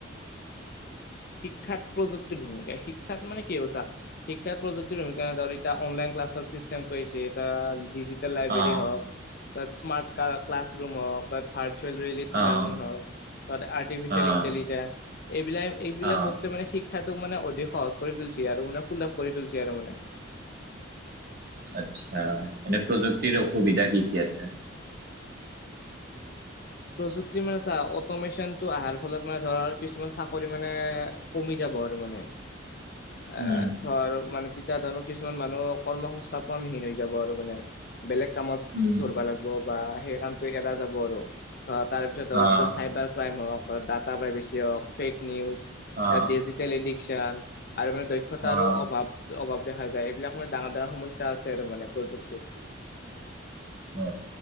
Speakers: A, on the left (about 50°); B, on the right (about 50°).
A: শিক্ষাত প্ৰযুক্তিৰ ভূমিকা শিক্ষাত মানে কি হব চা শিক্ষাত প্ৰযুক্তিৰ ভূমিকা ধৰ এটা অনলাইন ক্লাছৰ চিষ্টেমটো আহিছে এটা ডিজিট টেল লাইব্ৰেৰী
B: অ',
A: হওক তাত স্মাৰ্ট ক্লাছৰুম হওক ভাৰ্চুৱেল ৰিয়েলিটি
B: অ',
A: লাৰ্ণিং হওক তাতে আৰ্টিফিচিয়েল
B: অ',
A: ইন্টেলিজেঞ্চ এইবিলাক এইবিলাক
B: অ',
A: বস্তু বস্তু মানে শিক্ষাটোক মানে অধিক সহজ কৰি তুলিছে আৰু মানে সুলভ কৰি তুলিছে আৰু মানে
B: আচ্ছা এনে প্ৰযুক্তিৰ অসুবিধা কি কি আছে
A: প্ৰযুক্তি মানে চা অট'মেশচনটো অহাৰ ফলত মানে ধৰ কিছুমান চাকৰি মানে কমি যাব আৰু মানে এ
B: উম।
A: ধৰ মানে তেতিয়া ধৰ কিছুমান মানুহ কৰ্ম সংস্থাপনহীন হৈ যাব আৰু মানে বেলেগ কামত
B: উম।
A: ধৰবা লাগব বা সেই কামটো এৰা যাব আৰু আ তাৰ পিছত আৰু
B: অ',
A: যিটো চাইবাৰ ক্ৰাইম হওক ডাটা প্ৰাইভেছি হওক ফেক নিউজ
B: অ',
A: তাত ডিজিটেল এডিকচন আৰু মানে দক্ষ দক্ষতাৰো
B: অ',
A: অভাৱ অভাৱ দেখা যায় এইবিলাক মানে ডাঙৰ ডাঙৰ সমস্যা আছে আৰু মানে প্ৰযুক্তিত
B: <inaudible> অ